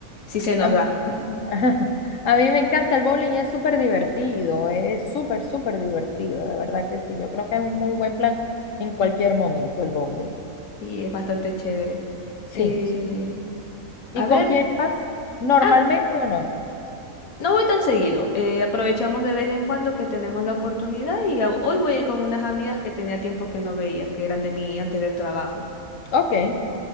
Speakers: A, on the left; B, on the left.
A: Si se nos
B: A mí,
A: da. <laughs>
B: <laughs> a mí me encanta el bowling es súper divertido, es súper, súper divertido, de verdad que sí. Yo creo que es un muy buen plan en cualquier momento el bowling.
A: Y es bastante chévere.
B: Sí,
A: Eh,
B: sí. ¿Y
A: a
B: con
A: ver.
B: quién vas? ¿Normalmente
A: ah
B: o no?
A: No voy tan seguido, eh, aprovechamos de vez en cuando que tenemos la oportunidad y a- hoy voy a ir con unas amigas que tenía tiempo que no veía, que eran de mi anterior trabajo.
B: Ok,